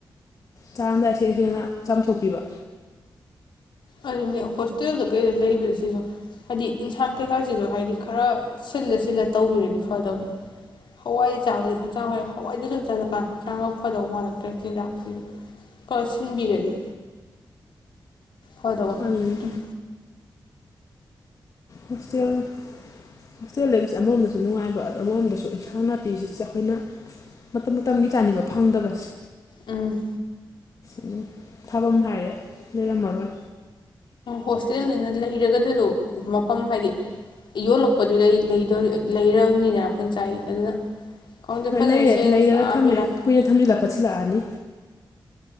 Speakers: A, on the left; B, on the left.
A: ꯆꯥꯝꯗꯥꯏ ꯁꯦꯡ ꯁꯦꯡꯅ ꯆꯥꯝꯊꯣꯛꯄꯤꯕ
B: ꯑꯗꯨꯅꯦ ꯍꯣꯁꯇꯦꯜꯗ ꯀꯩꯗ ꯂꯩꯕ ꯁꯤꯁꯨ ꯍꯥꯏꯗꯤ ꯏꯟꯁꯥꯡ ꯀꯩꯀꯥꯁꯤꯁꯨ ꯍꯥꯏꯗꯤ ꯈꯔ ꯁꯤꯜꯂ ꯁꯤꯜꯂ ꯇꯧꯕꯤꯔꯗꯤ ꯐꯗꯧꯅꯤ ꯍꯋꯥꯏ ꯆꯥꯕꯗꯤ ꯍꯛꯆꯥꯡ ꯐ ꯍꯋꯥꯏꯗꯨ ꯆꯄꯥꯥꯟ ꯍꯛꯆꯥꯡ ꯂꯧ ꯐꯗꯧꯕ ꯃꯥꯜꯂꯛꯇ꯭ꯔꯦ ꯆꯤꯟꯖꯥꯛꯁꯤꯁꯨ ꯀ ꯁꯤꯟꯕꯤꯔꯗꯤ ꯍꯣꯏꯗꯧꯕ
A: ꯑꯗꯨꯅꯤ
B: ꯎꯝ
A: ꯍꯣꯁꯇꯦꯜ ꯍꯣꯁꯇꯦꯜ ꯂꯩꯕꯕꯁꯤꯦ ꯑꯃꯔꯣꯝꯗꯁꯨ ꯅꯨꯡꯉꯥꯏꯕ ꯑꯣ ꯑꯃꯔꯣꯝꯗꯁꯨ ꯏꯟꯁꯥꯡ ꯅꯥꯄꯤꯁꯤ ꯑꯩꯈꯣꯏꯅ ꯃꯇꯝ ꯃꯇꯝꯒꯤ ꯆꯥꯅꯤꯡꯕ ꯐꯪꯗꯕꯁꯦ
B: ꯎꯝ
A: ꯑꯗꯨꯝ ꯊꯥꯐꯝ ꯍꯥꯏꯔꯦ ꯂꯩꯔꯝꯃꯔꯣꯏ
B: ꯍꯣꯁꯇꯦꯜꯅꯤꯅ ꯂꯩꯔꯒ ꯑꯗꯨꯁꯨ ꯃꯐꯝ ꯍꯥꯏꯗꯤ ꯌꯣꯜꯂꯛꯄꯗꯨꯗꯩ ꯂꯩꯔꯕꯅꯤꯅ ꯑꯩꯈꯅ ꯆꯥꯏ ꯑꯗꯨꯅ ꯈꯪꯗꯦ
A: ꯍꯣꯏ
B: ꯐꯖꯅ
A: ꯂꯩꯔꯦ
B: ꯁꯦꯡꯅ
A: ꯂꯩꯔꯒ
B: ꯆꯥꯛꯑꯝꯃꯤꯔ
A: ꯊꯝꯃꯦ ꯀꯨꯏꯅ ꯊꯝꯖꯤꯜꯂꯛꯄ ꯁꯤꯜꯂꯛꯑꯅꯤ